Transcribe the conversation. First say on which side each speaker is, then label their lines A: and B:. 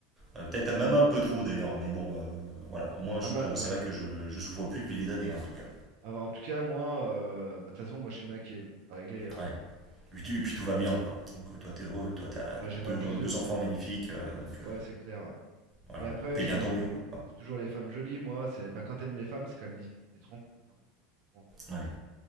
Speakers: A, on the right; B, on the right.
A: Euh, Peut-être même un peu trop d'ailleurs, mais bon, euh,
B: Hmm.
A: voilà. Au moins,
B: Ah, ma-
A: je-
B: ouais.
A: c'est vrai que je, je souffre plus depuis des années, hein, en tout cas.
B: Ah, bah, en tout cas, moi, euh, bah, de toute façon, moi, je suis maquillé, donc c'est réglé, hein.
A: Ouais. Et puis, et puis tout va bien, quoi. Donc euh, toi, t'es heureux, toi, t'as
B: Ouais, j'aimerais
A: deux,
B: plus...
A: deux
B: de-
A: enfants magnifiques, euh, donc euh,
B: Ouais, c'est clair.
A: voilà.
B: Mais après,
A: T'es
B: je,
A: bien
B: suis-
A: tombé, quoi.
B: je trouve toujours les femmes jolies, moi. C'est, bah, quand t'aimes les femmes, c'est quand même difficile d'être en couple. hein. Bon,
A: Ouais,